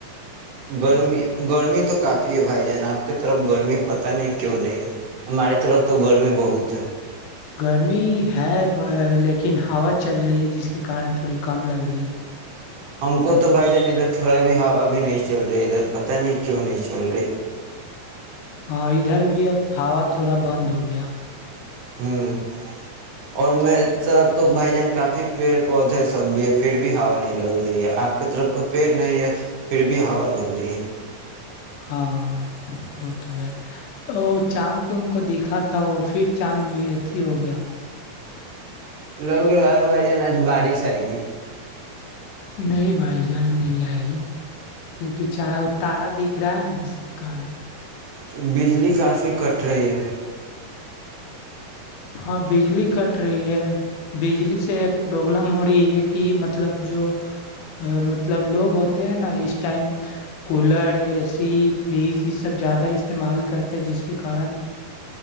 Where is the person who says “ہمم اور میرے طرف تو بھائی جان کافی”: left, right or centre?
Right